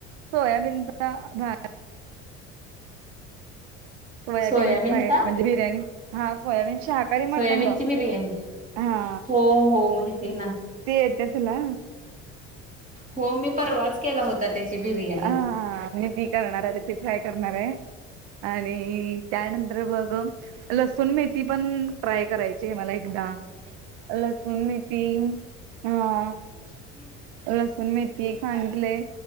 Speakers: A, on the right; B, on the right.
A: सोयाबीनचा भात. सोयाबीन
B: सोयाबीनचा
A: फ्राय म्हणजे बिर्याणी. हा सोयाबीन शाहाकारी मटन
B: सोयाबीनची
A: ग
B: बिर्याणी
A: हा.
B: हो हो माहिती ना.
A: ते येते तुला.
B: हो मी परवाच केला होता त्याची बिर्याणी.
A: हा मी ती करणार आहे, ती फ्राय करणार आहे, आणि त्यानंतर बघ लसूण मेथी, पण ट्राय करायची आहे मला एकदा. लसून मेथी हा.
B: <inaudible>
A: लसुण मेथी एक सांगितलेय,